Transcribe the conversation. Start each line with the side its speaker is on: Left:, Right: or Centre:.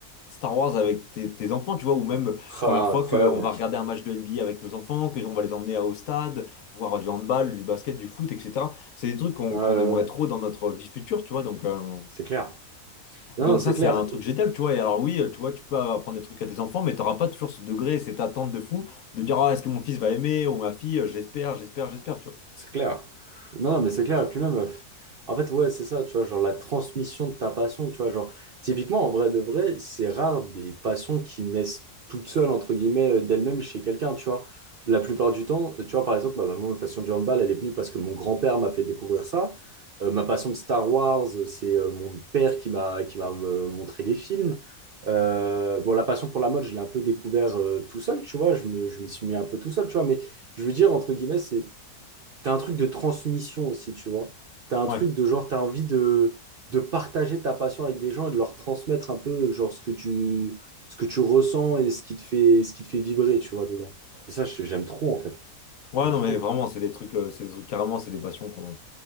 Left: Star Wars avec tes, tes enfants, tu vois, ou même première
Right: Ah,
Left: fois
Right: incroyable,
Left: qu'on
Right: mec.
Left: va regarder un match de NBA avec nos enfants, qu'on va les emmener au stade, voir du handball, du basket, du foot, etc. C'est des trucs qu'on
Right: Ouais, ouais,
Left: qu'on aimerait
Right: ouais.
Left: trop dans notre vie future, tu vois, donc... euh,
Right: C'est clair. Non,
Left: donc
Right: non, c'est
Left: ça,
Right: clair.
Left: c'est un truc génial, tu vois. Et alors oui, tu vois, tu peux apprendre des trucs à tes enfants, mais t'auras pas toujours ce degré et cette attente de fou de dire, ah, est-ce que mon fils va aimer ou ma fille, j'espère, j'espère, j'espère, tu vois.
Right: C'est clair. Non, mais c'est clair. Et puis même, En fait, ouais, c'est ça, tu vois, genre la transmission de ta passion, tu vois, genre, typiquement, en vrai de vrai, c'est rare des passions qui naissent toutes seules, entre guillemets, euh, d'elles-mêmes chez quelqu'un, tu vois. La plupart du temps, tu vois, par exemple, bah, bah, moi, ma passion du handball, elle est venue parce que mon grand-père m'a fait découvrir ça. Euh, ma passion de Star Wars, euh, c'est euh, mon père qui m'a qui m'a euh, montré les films. Euh, bon, la passion pour la mode, je l'ai un peu découvert euh, tout seul, tu vois, je me, je m'y suis mis un peu tout seul, tu vois, mais je veux dire, entre guillemets, c'est T'as un truc de transmission aussi, tu vois. T'as un
Left: Ouais.
Right: truc de genre, t'as envie de, de partager ta passion avec des gens et de leur transmettre un peu genre ce que tu, ce que tu ressens et ce qui te fait, ce qui te fait vibrer, tu vois, dedans. Et ça, je- j'aime trop, en fait.
Left: Ouais,
Right: J'aime
Left: non,
Right: trop.
Left: mais vraiment, c'est des trucs, euh, c'est des trucs carrément, c'est des passions qu'on,